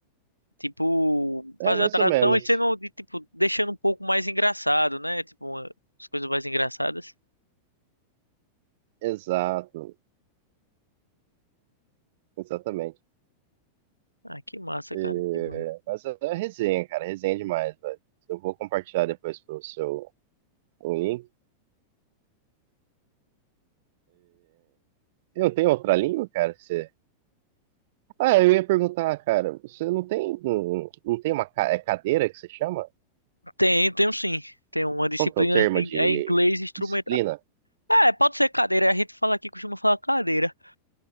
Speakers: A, on the right; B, on the right.
A: tipo,
B: É,
A: fazendo
B: mais
A: a tradução
B: ou menos.
A: e sendo, de, tipo, deixando um pouco mais engraçado, né? Tipo, uma- as coisas mais engraçadas.
B: Exato, exatamente.
A: Ah, que massa,
B: É,
A: cara, que massa.
B: mas é resenha, cara, resenha demais, velho. Eu vou compartilhar depois pro seu o link. E Não tem outra língua, cara? que Você... Ah, eu ia perguntar, cara, você não tem, não, não tem uma ca- é cadeira que você chama?
A: Tem, tem um sim. Tem uma disciplina
B: Qual que é o termo
A: de
B: de
A: é inglês instrumental.
B: disciplina?
A: É, pode ser cadeira. A gente fala aqui, costuma falar cadeira.